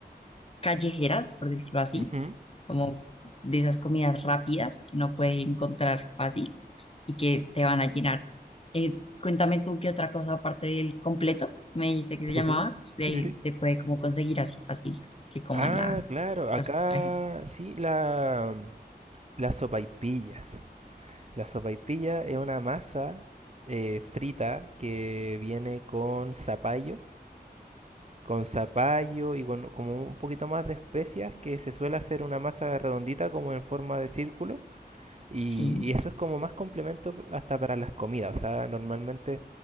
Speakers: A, on the left (about 35°); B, on the right (about 40°).
A: callejeras, por decirlo así,
B: Ujú,
A: como de esas comidas rápidas que uno puede encontrar fácil y que te van a llenar. Eh, cuéntame tú qué otra cosa aparte del completo, me dijiste que
B: Sí,
A: se llamaba, se,
B: <laughs> sí, sí.
A: se puede como conseguir así fácil que coman
B: Ah,
A: la,
B: claro, acá
A: las- la gente.
B: sí la mm, las sopaipillas. La sopaipilla es una masa eh, frita que viene con zapallo, con zapallo y con como un poquito más de especias que se suele hacer una masa redondita como en forma de círculo y,
A: Sí,
B: y eso es como más complemento hasta para las comidas. O sea, normalmente